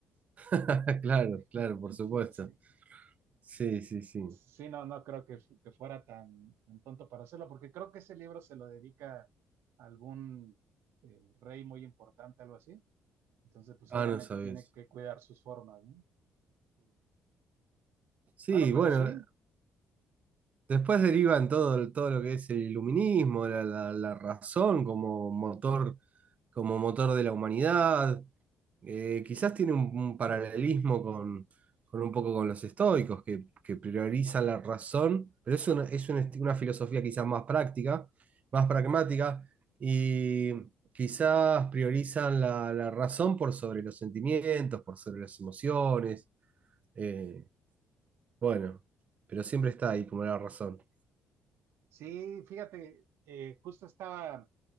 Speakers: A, on the right; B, on the right.
A: <laughs> Claro, claro,
B: <laughs>
A: por
B: Entonces,
A: supuesto. Sí, sí, sí.
B: sí, no, no creo que, fu- que fuera tan, tan tonto para hacerlo, porque creo que ese libro se lo dedica a algún eh, rey muy importante, algo así. Entonces, pues
A: Ah,
B: obviamente
A: no sabes.
B: tiene que cuidar sus formas, ¿no?
A: Sí,
B: Bueno, pero
A: bueno,
B: sí,
A: Después derivan todo, el- todo lo que es el iluminismo, la, la- la razón como motor, como motor de la humanidad. Eh, quizás tiene un, un paralelismo con, con un poco con los estoicos, que, que priorizan la razón, pero es una, es un esti- una filosofía quizás más práctica, más pragmática, y quizás priorizan la, la razón por sobre los sentimientos, por sobre las emociones. eh, bueno, pero siempre está ahí como la razón.
B: sí, fíjate, eh, justo estaba